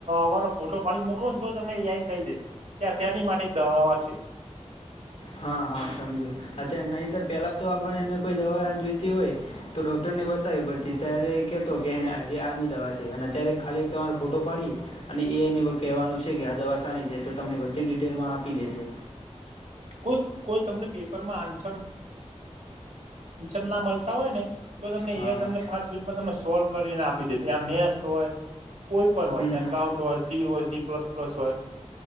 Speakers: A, on the right (about 75°); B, on the left (about 90°).
A: દવાનો ફોટો પાડીને મોકલો ને તો તમને એ કહી દે કે આ શેરની માટે દવાવા છે
B: હા હા સમજો અત્યારે નહીતર પેલા તો આપણે એને કોઈ દવા જોઈતી હોય તો ડોક્ટર ને બતાવી પડતી ત કતો કેને આરની દવા છે અને અ્યારે ખાલી તમારો ફોટો પાડી અને એને કહેવાનું છે કે આ દવા સારી છે તો તમને બધી ડિટેલમાં આપી દેશે
A: કોઈ કોઈ તમને પેપર માં આ ના મળતા હોય ને તો તમને
B: હા
A: એ
B: હા
A: તમને પાંચિનિટમાં તમ સોલ્વ કરીને આપી મેસ હોય કોઈ પણ હોય
B: હમ
A: એકાઉન્ટ
B: હમ
A: હોય સી હોય સી પ્લાસ પ્લાસ હોય